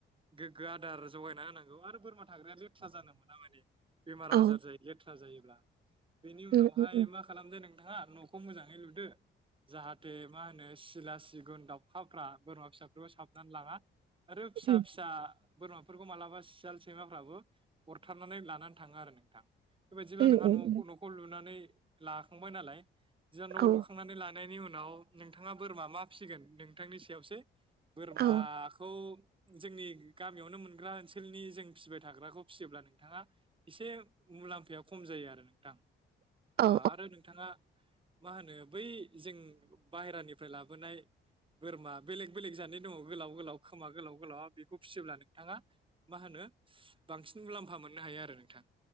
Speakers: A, on the right; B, on the right.
A: गोग्गो आदार जगायना होनां। गौ आरो बोरमा थाग्राया लेथ्रा जानो मोना माने बेमार
B: औ
A: आजार जायो लेथ्रा जायोब्ला। बेनि उनावहाय
B: उम उम उम
A: मा खालामदो नोंथाङा न'खौ मोजाङै लुदो। जाहाथे मा होनो सिला सिगुन दावउखाफ्रा बोरमा फिसाफोरखौ साबनानै लाङा। आरो फिसा
B: उम
A: फिसा। बोरमाफोरखौ मालाबा सियाल सैमाफ्राबो अरथारनानै लानानै थाङो आरो नोंथां। बेबायदिब्ला
B: उम
A: नोंहा
B: उम
A: न'
B: उम
A: न'खौ लुनानै लाखांबाय नालाय जा न'आव
B: औ
A: लुखांनानै लान। नायनि उनाव नोंथाङा बोरमा मा फिसिगोन नोंथांनि सायावसो बोरमाखौ।
B: औ
A: जोंनि गामियावनो मोनग्रा ओनसोलनि जों फिसिबाय थाग्राखौ फिसियोब्ला नोंथाङा इसे। मुलाम्फाया खम जायो आरो नोंथां। ओ
B: औ
A: आरो नोंथाङा मा होनो बै जों बाहेरानिफ्राय लाबोनाय। बोरमा बेलेग बेलेग जादनि दङ गोलाव गोलाव खोमा गोलाव गोलाव बेखौ फिसियोब्ला नोंथाङा मा होनो। हो बांसिन मुलाम्फा मोननो हायो आरो नोंथां